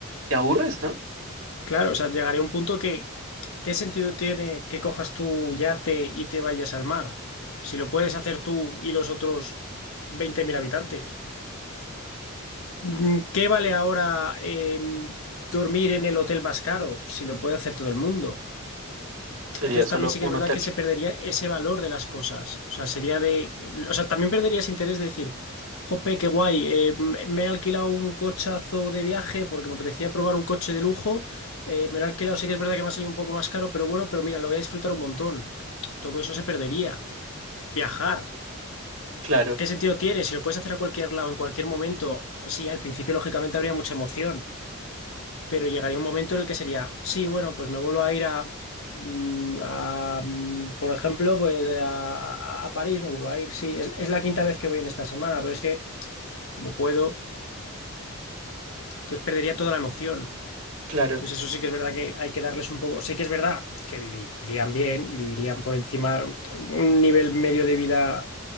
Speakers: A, on the right; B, on the left.
A: te aburres, ¿no?
B: Claro, o sea, llegaría un punto que, ¿qué sentido tiene que cojas tu yate y te vayas al mar? Si lo puedes hacer tú y los otros 20.000 habitantes. Mm, ¿Qué vale ahora eh, dormir en el hotel más caro si lo puede hacer todo el mundo?
A: Sería
B: Entonces
A: solo
B: también sí que
A: un
B: es verdad
A: hotel.
B: que se perdería ese valor de las cosas. O sea, sería de. O sea, también perderías interés de decir, jope, qué guay, eh, m- me he alquilado un cochazo de viaje porque me apetecía probar un coche de lujo. eh, me lo he alquilado, sé que es verdad que me ha salido un poco más caro, pero bueno, pero mira, lo voy a disfrutar un montón. Todo eso se perdería. Viajar,
A: Claro,
B: ¿qué sentido tiene? Si lo puedes hacer a cualquier lado, en cualquier momento, sí, al principio lógicamente habría mucha emoción, pero llegaría un momento en el que sería, sí, bueno, pues me vuelvo a ir a, mm, a, mm, por ejemplo, pues a, a- a París me vuelvo a ir. Sí, es, es la quinta vez que voy en esta semana, pero es que como puedo, entonces perdería toda la emoción.
A: claro,
B: Entonces eso sí que es verdad que hay que darles un poco, sí que es verdad que vivirían bien, vivirían por encima un nivel medio de vida